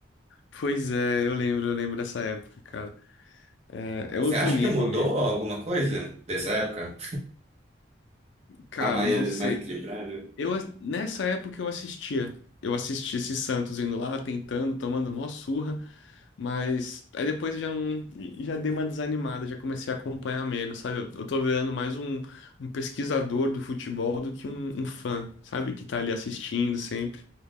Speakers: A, on the left; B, on the right.
A: Pois é, eu lembro, eu lembro dessa época, cara. É, é
B: Você
A: outro
B: acha
A: nível
B: que mudou
A: mesmo.
B: alguma coisa dessa época?
A: Cara,
B: Tá mais,
A: não sei.
B: mais equilibrado?
A: Eu, ass- nessa época eu assistia. Eu assistia esse Santos indo lá, tentando, tomando mó surra, mas aí depois eu já não, já dei uma desanimada, já comecei a acompanhar menos, sabe? Eu, eu tô virando mais um, um pesquisador do futebol do que um, um fã, sabe? Que tá ali assistindo sempre.